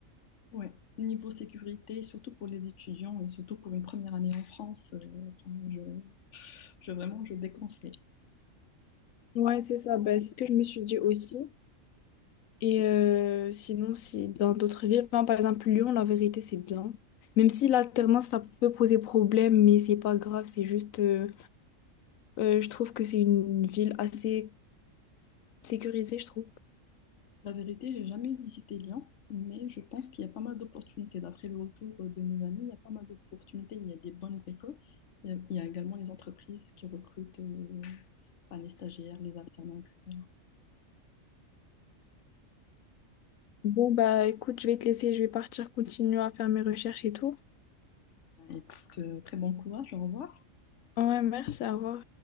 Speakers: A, on the left (about 65°); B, on the left (about 85°).
A: ouais. Niveau sécurité, surtout pour les étudiants et surtout pour une première année en France, euh, enfin, je, je vraiment, je déconseille.
B: Ouais, c'est ça. Ben, c'est ce que je me suis dit aussi. Et euh, sinon, si dans d'autres villes, enfin, par exemple Lyon, la vérité, c'est bien. Même si l'alternance, ça peut poser problème, mais c'est pas grave, c'est juste, euh, euh, je trouve que c'est une ville assez sécurisée, je trouve.
A: La vérité, j'ai jamais visité Lyon, mais je pense qu'il y a pas mal d'opportunités. D'après le retour de mes amis, il y a pas mal d'opportunités. Il y a des bonnes écoles. Il y a, il y a également les entreprises qui recrutent euh, enfin, les stagiaires, les alternants, etc.
B: Bon, bah écoute, je vais te laisser, je vais partir continuer à faire mes recherches et tout.
A: Et puis, euh, très bon courage, au revoir.
B: Ouais, merci, à revoir.